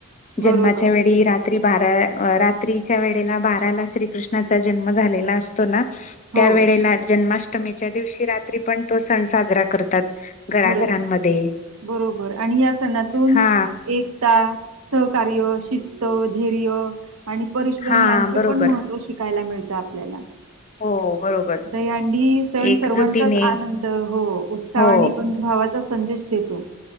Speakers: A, on the right; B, on the left.
A: बरोबर
B: जन्माच्या वेळी रा रात्री बारा रात्रीच्या वेळेला बाराला श्रीकृष्णाचा जन्म झालेला असतो ना
A: हो
B: त्या वेळेला जन्माष्टमीच्या दिवशी रात्री पण तो सण साजरा करतात. घराघरांमध्ये
A: खरंच बरोबर आणि या सणातून
B: हा
A: एक एकता, सहकार्य, शिस्त, धैर्य आणि परिश्रम
B: हा
A: यांचे
B: बरोबर
A: पण महत्त्व शिकायला मिळतं आपल्याला.
B: हो हो बरोबर.
A: दहीहंडी सण
B: एकजुटीने
A: सर्वांचाच आनंद हो उत्साहाने
B: हो
A: पण भावाचा संदेश देतो.